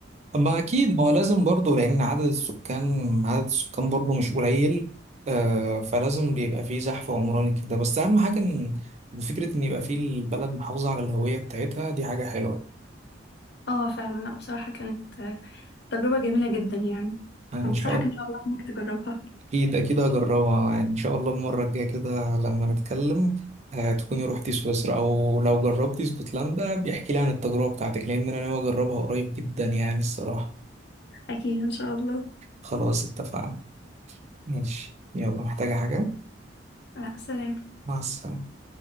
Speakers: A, on the right; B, on the left.
A: اما اكيد ما هو لازم برضه لان عدد السكان عدد السكان برضه مش قليل آه فلازم بيبقى فيه زحف عمراني كده بس اهم حاجه ان فكره ان يبقى فيه البلد محافظه على الهويه بتاعتها دي حاجه حلوه
B: اه فعلا لا بصراحة كانت تجربة جميلة جدا يعني
A: يعني
B: أنصحك
A: ان شاء الله
B: إن شاء الله إنك تجربها
A: اكيد اكيد هجربها يعني ان شاء الله المره الجايه كده لما نتكلم آه تكوني روحتي سويسرا او لو جربتي اسكتلندا بيحكي لي عن التجربه بتاعتك لان انا ناوي اجربها قريب جدا يعني الصراحه
B: أكيد إن شاء الله
A: خلاص اتفقنا ماشي يلا محتاجه حاجه
B: آه، سلام
A: مع السلامة